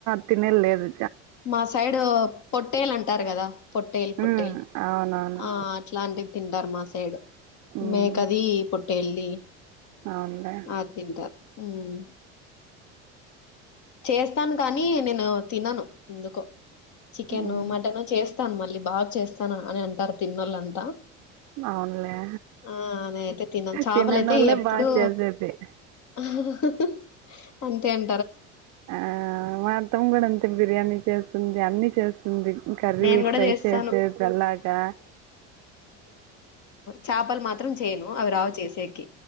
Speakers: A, on the right; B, on the left.
A: తినేలేదు
B: మా సైడ్ పొట్టేలు అంటారు కదా పొట్టేలు పొట్టేలు
A: మ్మ్ అవునవును
B: ఆ అట్లా ఇలాంటివి తింటారు మా సైడ్
A: మ్మ్
B: మేకది పో ట్టేలిది
A: అవునులే
B: ఆ తింటారు ఉమ్ చేస్తాను కానీ నేను తినను ఎందుకు చికెన్
A: మ్మ్
B: మటన్ చే స్తాను మళ్ళీ బాగా చేస్తాను అని అంటారు తిన్నోళ్ళంతా
A: అవునులే
B: ఆ నేను అయితే తినను చేపలైతే
A: తిననోళ్ళే
B: ఎప్పుడు
A: బాగా చేసేది
B: అహ్హ్ అంతే అం
A: ఆ మా అత్తమ్మ కూడా అంతే బిర్యానీ చేస్తుంది అన్ని చే ఉంది కర్రీ
B: నేను కూడా
A: ఫ్రై
B: చేస్తాను
A: చేసేది ఎల్లాగా
B: చాపలు మాత్రం చేయను అవి రావు చేసేకి